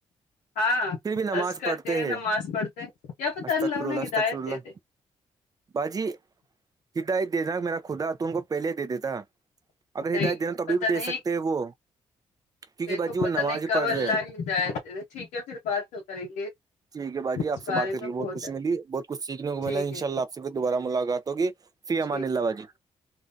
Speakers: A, on the left; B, on the right.
A: ہاں
B: پھر بھی نماز
A: حج کرتے
B: پڑھتے
A: نماز
B: ہیں
A: پڑھتے ہیں یا پتہ
B: اجتک فر
A: انہیں
B: اللہ
A: ہدایت
B: اجتک پر اللہ
A: دے دے
B: باجی ہدایت دین میرا خدا ت ان کو پہلے دے دیتا اگر
A: نہیں
B: ہدایت دینا تو تبھی
A: پتہ
B: بھی دے
A: نہیں
B: سکتے ہیں وہ کیونکہ
A: دیکھو
B: باجی وہ
A: پت
B: نماز
A: نہیں
B: ہی
A: کب
B: پڑھ رہے
A: اللہ
B: ہیں
A: ہدایت ٹھیک ہے پھر بات تو کریں گے
B: ٹھیک ہے باجی
A: اس
B: آپ
A: بارے
B: بات کر کے
A: میں بہت
B: بہ خوشی ملی بہت کچھ سیکھنے کو
A: ٹھیک
B: ملا انشا
A: ہے
B: اللہ ص پھر دوبارہ ملاقات ہوگی فی امان
A: ٹھیک
B: اللہ باجی